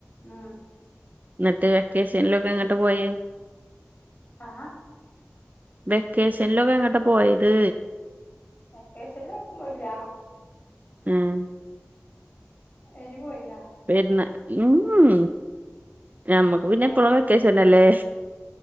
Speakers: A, on the left; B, on the right.
A: ഉം
B: ഇന്നട്ട് വെക്കേഷനിലൊക്കെ എങ്ങട്ട പോയേ?
A: ആഹ്?
B: വെക്കേഷനിലൊക്കെ എങ്ങട്ടാ പോയത്
A: വെക്കേഷനിലെങ്ങും പോയില്ല
B: ഉം
A: എനി പോയിനാ
B: വെരുന്ന മ്മ്ഉം നമ്മക്ക് പിന്നെ
A: ആഹ്
B: എപ്പോളും വെക്കേഷൻ അല്ലേ